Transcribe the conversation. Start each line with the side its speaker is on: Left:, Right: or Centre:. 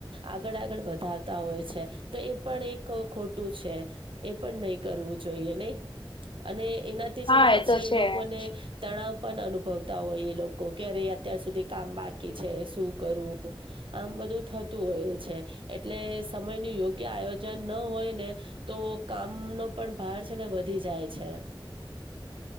Right: આગળ આગળ વધાવતા હોય છે. તો એ પણ એક ખોટું છે એ પણ નહી કરવું જોઈએ, નઈ? અને એનાથી છે
Left: હા
Right: ને પછી
Left: તો
Right: એ
Left: છે
Right: લોકોને
Left: જ
Right: તણાવ પણ અનુભવતા હોય એ લોકો કે અરે અત્યાર સુધી કામ બાકી છે શું કરું આમ બધું થતું હોય છે એટલે સમયનુ યોગ્ય આયોજન ન હોય ને તો કામનો પણ ભાર છે ને વધી જાય છે.